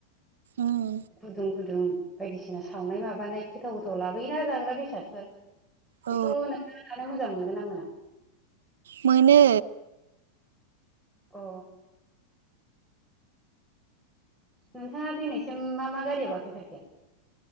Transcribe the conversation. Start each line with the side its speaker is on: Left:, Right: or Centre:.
Right: उम
Centre: गुदुं गदुं बायदिसिना सावनाय माबानाय गोथाव गोथाव लाबोयोना जाग्रा बेसादफोर
Right: औ
Centre: बेखौ नोंथाङा जानो मोजां मोनगोन ना मोना
Right: मोनो
Centre: अ नोंथाङा दिनैसिम मा मा गारियाव गाखोफेरखो